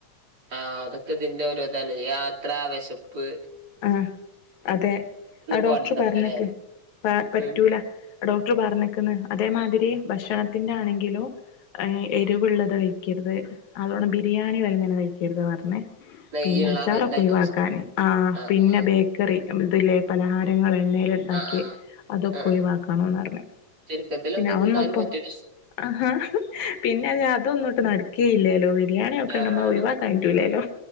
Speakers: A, on the right; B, on the left.
A: ആഹ് അതൊക്കെ ഇതിന്റൊരുതല്ലെ യാത്രാ വെശപ്പ്
B: ആഹ് അതെ ആഹ് ഡോക്ടർ
A: പാടുണ്ടാവില്ല
B: പറഞ്ഞക്ക്
A: അല്ലേ
B: പ പറ്റൂല
A: ഉം
B: ഡോക്ടർ പറഞ്ഞക്ക്ന്ന് അതേമാതിരി ഭക്ഷണത്തിന്റെ ആണെങ്കിലോ ഏ എരിവ്ള്ളത് കയ്ക്കരുത് അതോണം ബിരിയാണി വലങ്ങനെ കയ്ക്കരുത് പറഞ്ഞെ
A: നെയ്യുള്ള
B: പിന്നച്ചാറൊക്കൊയിവാക്കാന്
A: അങ്ങനത്തെ ഐറ്റംസ്
B: ആഹ്
A: ആ
B: പിന്നെ
A: ആ
B: ബേക്കറി നമ്മള്തില്ലേ പലഹാരങ്ങൾ എണ്ണയില്ണ്ടാക്കിയെ
A: ആ ആ
B: അതൊക്കെ
A: ആ ആ
B: ഒയിവാക്കണന്നറഞ്ഞ്
A: ചുരുക്കത്തിൽ
B: പിന്നതൊന്നുപ്പോ
A: എന്താ തിന്നാനും പറ്റൂല
B: ആഹ് ഹ പിന്നെ ഞാ അതൊന്നുട്ട് നട‌ക്കെയ്ല്ലെലോ വര് ബിരിയാണിയൊക്കെ
A: ആഹ്
B: നമ്മ ഒഴിവാക്കാനിട്ടൂലെല്ലോ